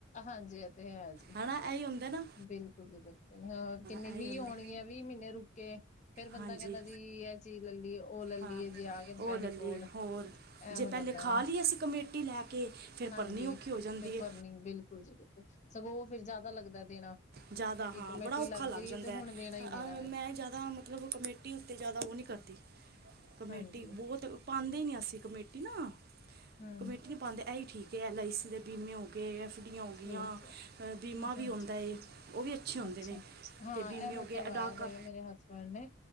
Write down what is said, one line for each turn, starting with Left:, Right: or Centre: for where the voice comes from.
Left: ਹਾਂਜੀ ਇਹ ਤੇ ਹੈ ਜੀ,
Right: ਹਨਾ ਐ ਹੀ ਹੁੰਦਾ ਨਾ
Left: ਬਿਲਕੁਲੀ-ਬਿਲਕੁਲ ਹਾਂ ਕਿੰਨੀ
Right: ਐ
Left: ਵੀਹ
Right: ਹੀ ਹੁੰਦਾ
Left: ਹੋਣਗੀਆਂ। ਵੀਹ ਮਹੀਨੇ ਰੁਕੇ ਕੇ ਫੇਰ ਬੰਦਾ
Right: ਹਾਂਜੀ
Left: ਕਹਿੰਦਾ ਜੀ, ਇਹ ਚੀਜ਼ ਲੈ ਲਈਏ ਉਹ ਲੈ ਲਈਏ,
Right: ਹਾਂ
Left: ਜੇ ਆ ਗਏ ਨੇ
Right: ਉਹ
Left: ਪੈਸੇ
Right: ਲੱਲੇ
Left: ਕੋਲ
Right: ਹੋਰ ਜੇ
Left: ਐ ਹੋ
Right: ਪਹਿਲੇ
Left: ਜਾਂਦਾ
Right: ਖਾ
Left: ਨਾ
Right: ਲਈ ਅਸੀਂ ਕਮੇਟੀ ਲੈ ਕੇ ਫਿਰ
Left: ਹਾਂਜੀ
Right: ਭਰਨੀ ਔਖੀ ਹੋ ਜਾਂਦੀ
Left: ਫਿਰ
Right: ਏ।
Left: ਭਰਨੀ ਬਿਲਕੁਲ ਜੀ ਬਿਲਕੁਲ, ਸਗੋਂ ਫਿਰ ਜ਼ਿਆਦਾ ਲੱਗਦਾ ਦੇਣਾ।
Right: ਜ਼ਿਆਦਾ
Left: ਜੇ
Right: ਹਾਂ
Left: ਕਮੇਟੀ
Right: ਬੜਾ ਔਖਾ ਲੱਗ
Left: ਗਈ
Right: ਜਾਂਦਾ
Left: ਹੈ ਤੇ
Right: ਐ,
Left: ਹੁਣ ਦੇਣਾ ਹੀ ਦੇਣਾ
Right: ਅ
Left: ਵੇ
Right: ਮੈਂ ਜ਼ਿਆਦਾ ਮ ਮਤਲਬ ਕਮੇਟੀ ਉੱਤੇ ਜ਼ਿਆਦਾ ਉਹ ਈ ਕਰਦੀ ਕਮੇਟੀ
Left: ਹਾਂਜੀ
Right: ਬੋਤ ਪਾਂਂਦੇ ਨਈ ਅਸੀਂ ਕਮੇਟੀ ਨਾ
Left: ਹੂੰ
Right: ਕਮੇਟੀ
Left: ਹੂੰ
Right: ਨੀ ਪਾਂਦੇ, ਐ ਹੀ ਠੀਕ ਐ, ਐੱਲ ਆਈ ਸੀ ਦੇ ਬੀਮੇ ਹੋ ਗੇ, ਐਫ ਡੀਆਂ ਹੋਗੀਆਂ,
Left: ਠੀਕ ਹੈ
Right: ਬੀਮਾ ਵੀ
Left: ਹਾਂਜੀ
Right: ਆਂਉਦਾ ਏ। ਉਹ ਵੀ ਅੱਛੇ ਹੁੰਦੇ
Left: ਅੱਛਾ
Right: ਨੇ
Left: ਹਾਂ
Right: ਤੇ ਬੀਮੇ
Left: ਇਹ ਦਾ
Right: ਹੋ ਗਏ
Left: ਕਰਵਾਇਆ
Right: ਅਦਾ
Left: ਦੇਵੇ
Right: ਕਰ
Left: ਮੇਰੇ ਹਸਬੈਂਡ ਨੇ